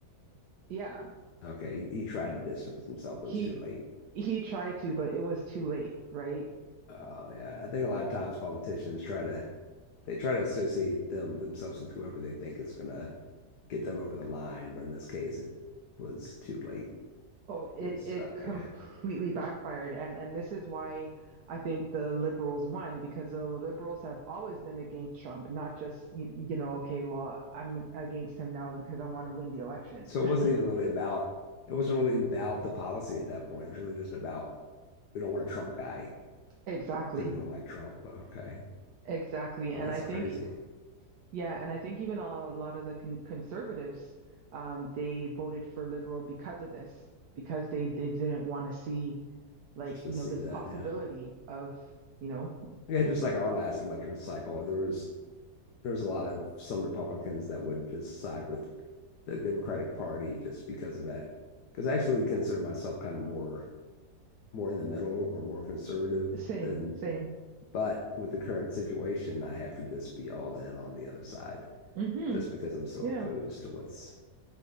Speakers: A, on the right; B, on the left.
A: yeah
B: Okay. He, he tried to distance himself,
A: He
B: it was too late.
A: he tried to, but it was too late, right?
B: Uh, yeah. I think a lot of times politicians try to they try to associate them themselves with whoever they think is gonna get them over the line, but in this case it was too late.
A: Oh, it
B: He was stuck.
A: it completely
B: Yeah.
A: backfired, and and this is why I think the liberals won because the liberals have always been against Trump, not just you, you know, okay, well, I'm against him now because I want to win the election.
B: So
A: <laughs>
B: it wasn't even really about it wasn't really about the policy at that point. It was really just about we don't want a Trump guy
A: Exactly,
B: because we don't like Trump. Okay.
A: exactly,
B: Well,
A: and
B: that's
A: I
B: crazy
A: think yeah, and I think even a lot of the con conservatives, um, they voted for liberal because of this, because they they didn't want to see like
B: just to
A: you
B: see
A: know this
B: that.
A: possibility
B: Yeah.
A: of you know
B: Yeah, just like our last election cycle, there was there was a lot of some Republicans that would just side with the Democratic Party just because of that. Because I actually consider myself kind of more more in the middle or more conservative
A: same
B: than,
A: same
B: but with the current situation, I have to just be all in on the other side
A: mm-hmm
B: just because I'm so
A: yeah
B: opposed to what's